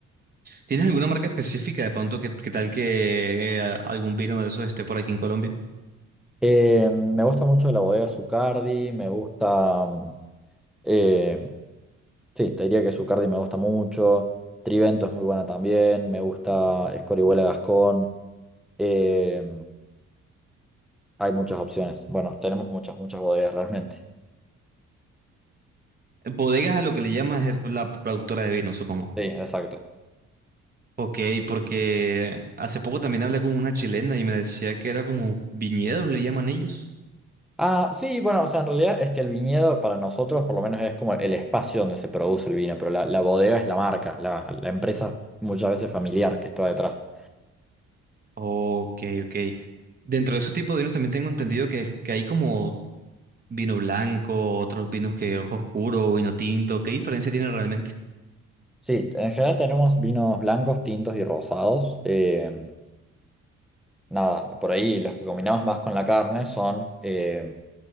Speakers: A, on the right; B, in the centre.
A: tienes alguna marca específica de pronto que, que tal que eh, algún vino de esos esté por aquí en Colombia?
B: Eh, me gusta mucho la bodega Zucardi, me gusta... mm, eh, sí, te diría que Zucardi me gusta mucho. Trivento es muy buena también, me gusta Escorihuela Gascón. eh, hay muchas opciones. Bueno, tenemos muchas, muchas bodegas realmente.
A: Bodegas a lo que le llamas es la productora de vino, supongo.
B: Sí, exacto.
A: Ok, porque hace poco también hablé con una chilena y me decía que era como viñedos, le llaman ellos.
B: Ah, sí, bueno, o sea, en realidad es que el viñedo para nosotros por lo menos es como el espacio donde se produce el vino, pero la, la bodega es la marca, la, la empresa muchas veces familiar que está detrás.
A: Ok, ok. Dentro de esos tipos de vinos también tengo entendido que, que hay como vino blanco, otros vinos que ojo oscuro, vino tinto. ¿Qué diferencia tiene realmente?
B: Sí, en general tenemos vinos blancos, tintos y rosados. eh, nada, por ahí los que combinamos más con la carne son eh,